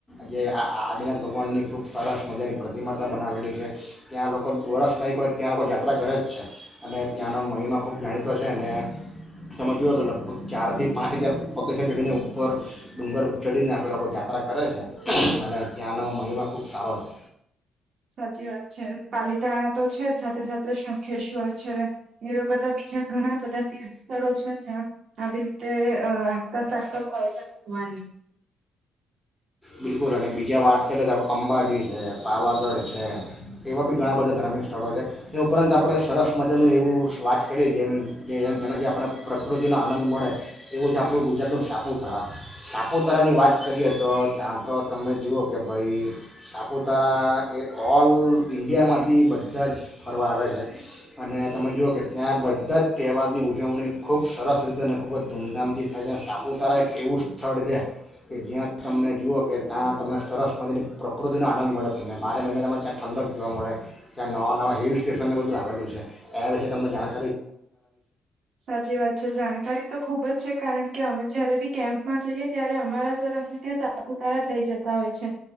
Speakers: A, in the centre; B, on the right.
A: જે આ આદિનાથ ભગવાનની ખૂબ સરસ મજાની પ્રતિમાતા બનાવેલી છે ત્યાં લોકો વર્ષમાં એક વાર ત્યાં લોકો યાત્રા કરે જ છે અને ત્યાંનો મહિમા ખૂબ જાણીતો છે અને તમે જુઓ તો લગભગ ચારથી પાંચ ત્યારે પગેથ ચઢડીને ઉપર ડુંગર ચડીને આપે લોકો જાયાત્રા કરે છે અને ત્યાંનો મહિમા ખૂબ સારો છે.
B: સાચી વાત છે પાલીતાણા તો છે જ સાથે સાથે શંખેશ્વર છે એવા બધા બીજા ઘણા બધા તીર્થ સ્થળો છે જ્યાં આવી રીતે આતા સાકતા હોય છે ભગવાનની.
A: બિલકુલ અને બીજા વાત કરીએ તો અંબાજી છે પાવાગઢ છે એવા બી ઘણાં બધા ધાર્મિક સ્થળો છે એ ઉપરાંત આપણે સરસ મજાનું એવું વાત કરીએ જેમ જેમ જેનાથી આપણે પ્રકૃતિનો આનંદ મળે એવું છે આપણું ગુજરાતનું સાપુતારા સાપુતારાની વાત કરીએ તો ત્યાં તો તમે જુઓ કે ભાઈ સાપુતારા એ ઓલ ઇન્ડિયામાંથી બધા જ ફરવા આવે છે અને તમે જુઓ કે ત્યાં બધા જ તહેવારની ઉજવણી ખૂબ સરસ રીતે અને ખૂબ જ ધૂમધામથી થાય છે સાપુતારા એક એવું સ્થળ છે કે જ્યાં તમને જુઓ કે ત્યાં તમને સરસ મજની પ્રકૃતિનો આનંદ મળે તમને બારે મહિના તમે ત્યાં ઠંડક જોવા મળે ત્યાં નવા નવા હિલ સ્ટેશનને બધું આવેલું છે એના વિશે તમને જાણ
B: સાચી વાત છે જાણકારી તો ખુબ જ છે કારણ કે અમે જયારે બી કેમ્પમાં જઈએ ત્યારે અમારા સર અમને ત્યાં સાપુતારા લઈ જતા હોય છે